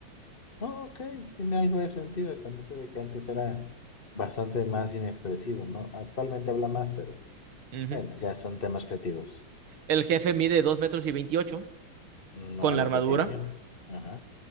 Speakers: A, on the left (about 35°); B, on the right (about 80°).
A: Oh, ok, tiene algo de sentido con eso de que antes era bastante más inexpresivo, ¿no? Actualmente habla más, pero
B: Ujú.
A: bueno, ya son temas creativos.
B: El jefe mide 2 metros y 28
A: No
B: con la
A: de
B: armadura
A: pequeño. Ajá.